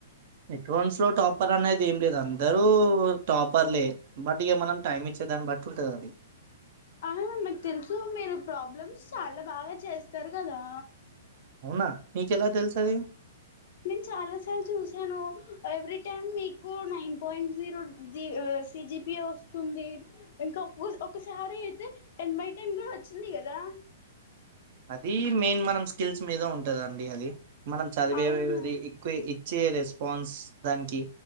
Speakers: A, on the right (about 50°); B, on the left (about 55°).
A: అకౌంట్స్ లో టాపర్ అనేది ఏం లేదు అందరూ టాపర్లే బట్ ఇక మనం టైం ఇచ్చ ఇగ దాని బట్టుంటదది
B: ఆ నాకు తెలుసు మీరు ప్రాబ్లమ్స్ చాలా బాగా చేస్తారు గదా
A: అవునా మీ కేలా తెల్సది?
B: నేన్ చాలా సార్ల్ చూసాను ఎవ్రీ టైమ్ మీకు నైన్ పాయింట్ జీరో ది ఆ సి జి పి ఎ వస్తుంది ఇంక ఉస్ ఒకసారి అయితే టెన్ బై టెన్ గూడ వచ్చింది గదా
A: అదీ మెయిన్ మనం స్కిల్స్ మీద ఉంటదండి అది, మనం చదివేది
B: అవునా
A: ఎక్కువే ఇచ్ చ్చే రెస్పాన్స్ దానికి